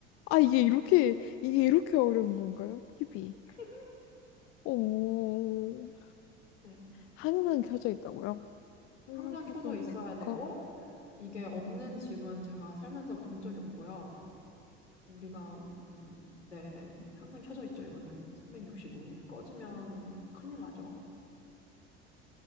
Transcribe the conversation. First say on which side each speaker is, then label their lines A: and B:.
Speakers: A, on the left; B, on the left.
A: 아, 이게 이렇게, 이게 이렇게 어려운 건가요? TV.
B: <laughs>
A: 오.
B: 네,
A: 항상 켜져 있다고요? 항상
B: 항상
A: 켜져
B: 켜져
A: 있는
B: 있어야 되고,
A: 거?
B: 이게 없는 집은 제가 살면서 본 적이 없고요. 우리가 음, 네 항상 켜져 있죠. 이거는 365일 꺼지면 큰일 나죠.